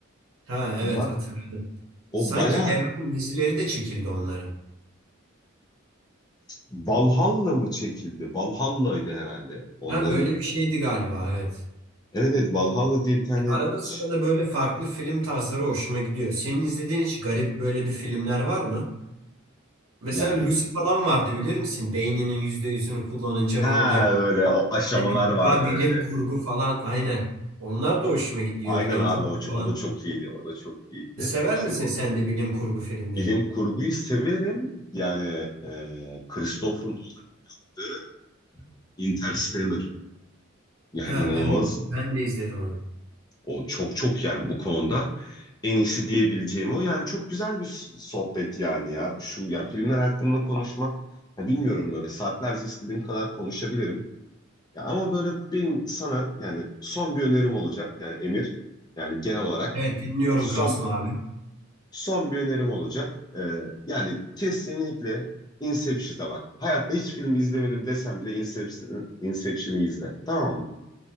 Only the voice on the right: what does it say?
Ha evet
hatırladım.
Sanki
devam dizileri de çekildi onların.
Ha öyle bir şeydi galiba evet.
Arada sırada
böyle farklı film tarzları hoşuma gidiyor. Senin izlediğin hiç garip böyle bir filmler var mı? Mesela
Lucy falan vardı bilir misin? Beyninin yüzde yüzünü kullanınca
ne oluyor?
Hani bir tık
daha
bilim kurgu falan aynen. Onlar da
hoşuma gidiyor
bilim
kurgu
falan.
Sever
misin sen de bilim kurgu filmleri?
Ha
evet ben de izledim onu.
Evet dinliyorum
Kasım abi.